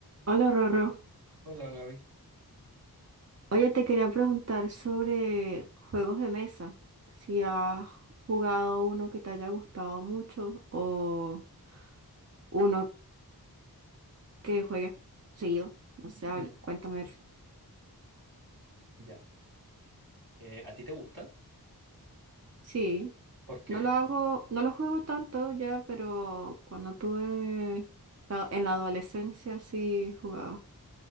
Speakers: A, on the right; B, on the right.
A: Hola, Rorro.
B: Hola Gaby.
A: Oye, te quería preguntar sobre juegos de mesa. Si has jugado uno que te haya gustado mucho o uno que juegues seguido. No sé,
B: <laughs>
A: al- cuéntame.
B: Ya. Eh, ¿a ti te gustan?
A: Sí,
B: ¿Por qué?
A: no lo hago, no lo juego tanto ya, pero cuando tuve la- en la adolescencia sí jugaba.